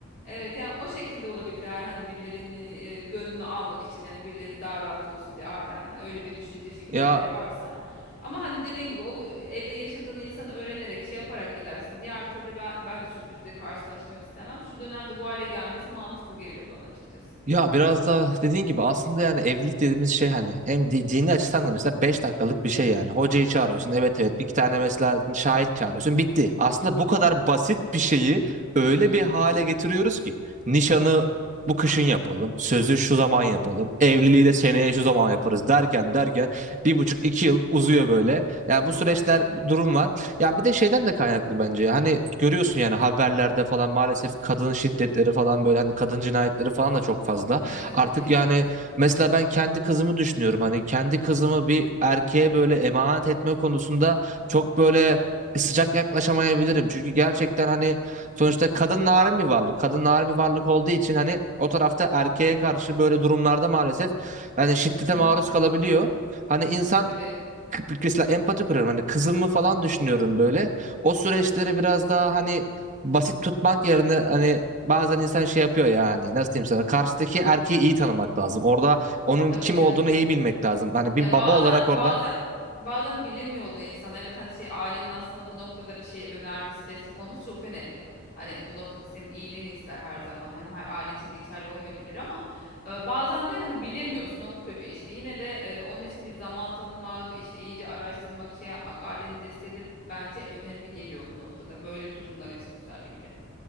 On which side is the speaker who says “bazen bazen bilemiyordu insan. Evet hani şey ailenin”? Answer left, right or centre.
Left